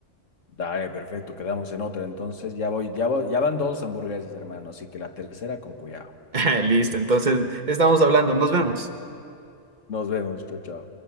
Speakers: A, on the left; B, on the right.
A: Dale, perfecto, quedamos en otra. Entonces ya voy, ya voy- ya van dos hamburguesas, hermano, así que la tercera con cuidado.
B: <laughs> Listo, entonces estamos hablando, nos vemos.
A: Nos vemos, chao, chao.